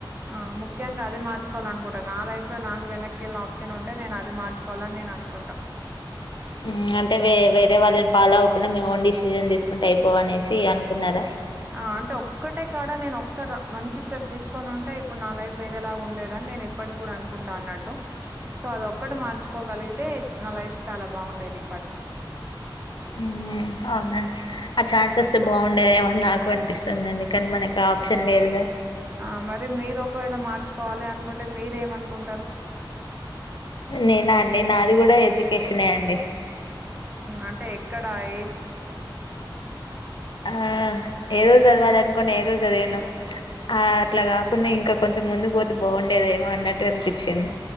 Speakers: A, on the right; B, on the left.
A: అ ముఖ్యంగా అది మచకోవాల అనుకుంటారు నా లైఫ్ లో నాకు వెనక్కి వెళ్ళిన ఆప్షన్ ఉంటే నేను అది మార్చుకోవాలని నేను అనుకుం <inaudible>
B: మ్ అంటేే వె వేరే వాళ్ళని ఫాలో అవ్వకుండా మీ ఓన్ డిసిషన్ తీసుకుంటే అయిపోవ అనేసి అనుకున్నారా
A: ఆ అంటే ఒక్కటే కాడ నేను ఒక్క ర మంచి స్టెప్ తీసుకోని ఉంటే ఇప్పుడు నా లైఫ్ వేరేలా ఉండేదా నేను ఎప్పటి గుడా అనుకుంటా అన్నట్టు సో అది ఒక్కటి మార్చుకోగలిగితే చ్ నా లైఫ్ చాలా బాగుండేది ఇప్పటి కి
B: <inaudible> హవునండి ఆ ఛాన్సెస్ే బాగుండేది ఏమని నాకు అనిపిస్తుందండి కానీ మనకు అ ఆప్షన్ లేదుగా
A: ఆ మరి మీరు ఒకవేళ మార్చుకోవాలి అనుకుంటే మీర ఏమనుకుంటారు
B: నేనా అండి నాది కూడా ఎడ్యుకేషనే అండి
A: ఉమ్ అంటే ఎక్కడా ఎ
B: ఆ ఏదో చదుకోవాలి అనుకున్నా ఏదో చదివినను ఆ అట్లా కాకుండా ఇంకా కొంచెం ముందు పోతే బాగుండేదేమో అన్నట్టు అనిపించింది